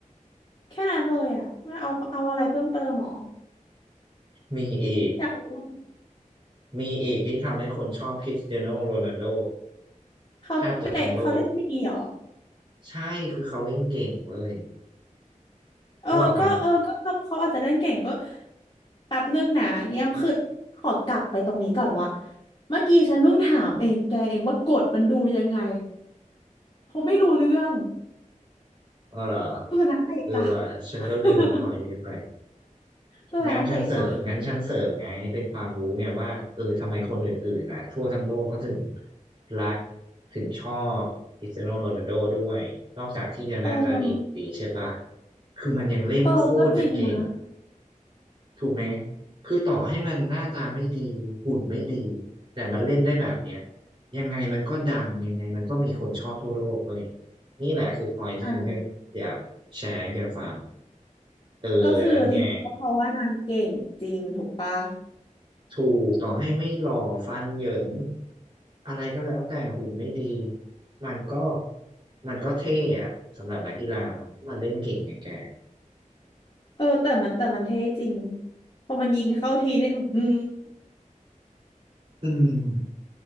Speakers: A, on the left; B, on the right.
A: แค่นั้นเลยอ่ะไม่เอาเอาอะไรเพิ่มเติมหรอ
B: มีอีก
A: อยากรู้
B: มีอีกที่ทำให้คนชอบคริสเตียโนโรนัลโด
A: เขาเตะเขาเล่นดีเหรอ
B: แทบจะทั้งโลก ใช่ คือเขาเล่นเก่งเว้ย
A: เออก็เออก็เขาเขาอาจจะเล่นเก่งก็
B: นึกออกปะ
A: แป๊บนึงนะเยี่ยมคือขอกลับไปตรงนี้ก่อนว่าเมื่อกี้ฉันเพิ่งถามเองแกเองว่ากฎมันดูยังไงเขาไม่รู้เรื่อง
B: อ๋อเหรอ
A: ตัวนักเตะจ้ะ
B: เออว่าฉันก็ลืมพอยนี้ไป
A: <laughs> ตัวนักเตะจ้ะ
B: งานชั้นเสริมงานชั้นเสริมไงเป็นความรู้ไงว่าเออทำไมคนอื่นๆอ่ะทั่วทั้งโลกเขาถึงรักถึงชอบคริสเตียโนโรนัลโดด้วยนอกจากที่จะหน้าตาดีกว่าดีใช่ปะ
A: เออ
B: คือมันยังเล่นโคตรจะเก่ง
A: เออก็จริงนะ
B: ถูกไหมคือต่อให้มันหน้าตาไม่ดีหุ่นไม่ดีแต่มันเล่นได้แบบเนี้ยยังไงมันก็ดังยังไงมันก็มีคนชอบทั่วโลกเลยนี่แหละคือพอยที่ฉัน
A: อ่า
B: อยากแชร์ให้แกฟังเออนั้นไง
A: ก็คือจริงเพราะว่านางเก่งจริงถูกปะ
B: ถูกต่อให้ไม่หล่อฟันเหยินอะไรก็แล้วแต่หุ่นไม่ดีมันก็มันก็เท่อะสำหรับนักกีฬาเนาะมันเล่นเก่งไงแก
A: เออแต่มันแต่มันเท่จริงพอมันยิงเข้าทีเนี่ยอือหือ
B: อืม